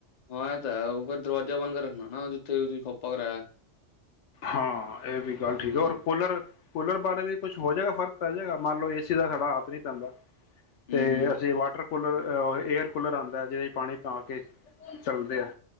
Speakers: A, on the left (about 40°); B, on the left (about 80°).
A: ਹਾਂ ਇਹ ਤਾਂ ਹੈ ਫੇਰ ਦਰਵਾਜ਼ਾ ਬਣ ਕੇ ਰੱਖਣਾ ਨਾ ਜਿੱਥੇ ਤੁਸੀਂ ਖੋਪਾ ਕਰਾਇਆ।
B: ਹਾਂ। ਇਹ ਵੀ ਗੱਲ
A: ਹੂੰ
B: ਠੀਕ ਹੈ ਔਰ ਕੂਲਰ ਕੂਲਰ ਬਾਰੇ ਵੀ ਕੁਛ ਹੋ ਜਾਏਗਾ ਫ਼ਰਕ ਪੈ ਜਾਗਾ ਮੰਨ ਲਓ ਏ ਸੀ ਦਾ ਸਾਡਾ ਹੱਥ ਨਹੀਂ ਪੈਂਦਾ।
A: ਹੂੰ
B: ਤੇ
A: ਹੂੰ
B: ਅਸੀਂ ਵਾਟਰ। ਕੂਲਰ ਏਅਰ ਕੂਲਰ ਆਉਂਦਾ ਜਿਹ ਪਾਣੀ ਪਾ ਕੇ ਚਲਦੇ ਐ।